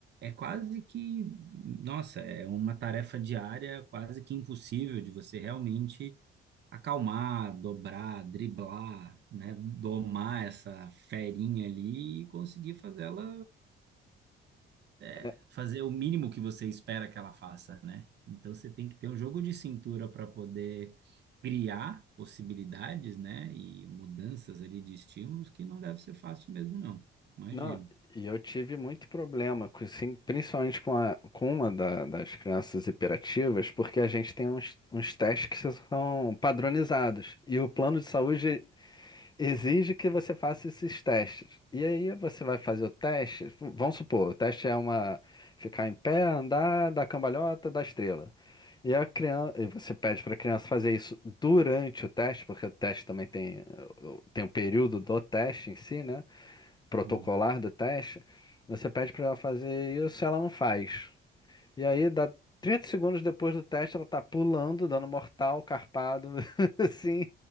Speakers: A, on the right; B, on the left.
A: é quase que, nossa, é uma tarefa diária quase que impossível de você realmente acalmar, dobrar, driblar, né? Domar essa ferinha ali e conseguir fazê-la é,
B: é. é.
A: fazer o mínimo que você espera que ela faça, né? Então você tem que ter um jogo de cintura para poder criar possibilidades, né? E mudanças ali de estímulos que não deve ser fácil mesmo, não. Imagino.
B: Não, e eu tive muito problema, com, assim, principalmente com, a, com uma da- das crianças hiperativas, porque a gente tem uns, uns testes que são padronizados. E o plano de saúde exige que você faça esses testes. E aí você vai fazer o teste, vamos supor, o teste é uma ficar em pé, andar, dar cambalhota, dar estrela. E a criança, e você pede para a criança fazer isso durante o teste, porque o teste também tem, tem um período do teste em si, né? protocolar
A: Uhum.
B: do teste, você pede para ela fazer isso, ela não faz. E aí, dá 30 segundos depois do teste, ela tá pulando, dando mortal, carpado, <laughs> assim,